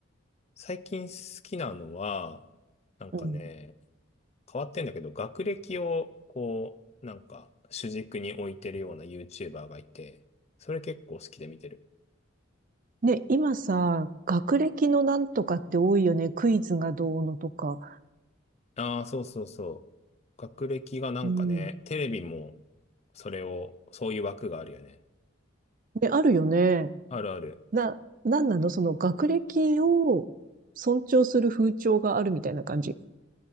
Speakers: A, on the left; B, on the right.
A: 最近好きなのは、なんかね、
B: うん。
A: 変わってんだけど、学歴を、こう、なんか、主軸に置いてるような YouTuber がいて、それ結構好きで見てる。
B: ね、今さ、学歴のなんとかって多いよね。クイズがどうのとか。
A: ああ、そうそうそう。学歴がなんかね、
B: うん。
A: テレビも、それを、そういう枠があるよね。
B: ね、あるよね。
A: あるある。
B: な、なんなのその学歴を尊重する風潮があるみたいな感じ。